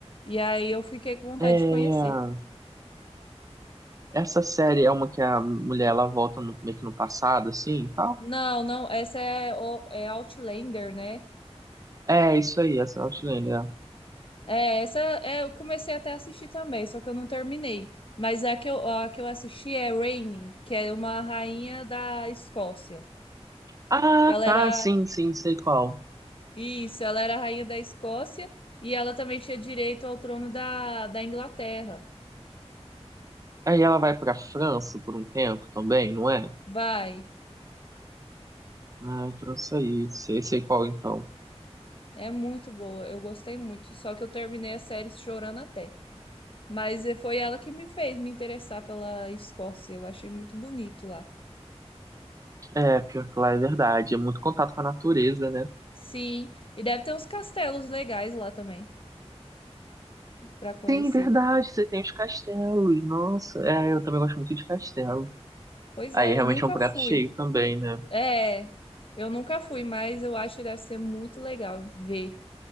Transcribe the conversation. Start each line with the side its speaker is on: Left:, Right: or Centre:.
Left: E aí eu fiquei com vontade
Right: É,
Left: de conhecer.
Right: essa série é uma que a mulher, ela volta no- meio que no passado, assim, e tal?
Left: Não, não, essa é, o- é Outlander, né?
Right: É, isso aí, essa é Outlander. é.
Left: É, essa é, eu comecei até a assistir também, só que eu não terminei. Mas a que eu, a que eu assisti é Reigning, que é uma rainha da Escócia.
Right: Ah,
Left: Que ela
Right: tá,
Left: era.
Right: sim, sim, sei qual.
Left: Isso, ela era a rainha da Escócia e ela também tinha direito ao trono da, da Inglaterra.
Right: Aí ela vai pra França por um tempo também, não é?
Left: Vai.
Right: Ah, então isso aí, sei, sei qual então.
Left: É muito boa, eu gostei muito. Só que eu terminei a série chorando até. Mas eh, foi ela que me fez me interessar pela Escócia. Eu achei muito bonito lá.
Right: É, pior que lá é verdade, é muito contato com a natureza, né?
Left: Sim, e deve ter uns castelos legais lá também para conhecer.
Right: Sim, verdade, você tem os castelos, nossa. É, eu também gosto muito de castelo.
Left: Pois
Right: Aí
Left: é,
Right: realmente
Left: eu nunca
Right: é um prato
Left: fui.
Right: cheio também, né?
Left: É, eu nunca fui, mas eu acho que deve ser muito legal ver.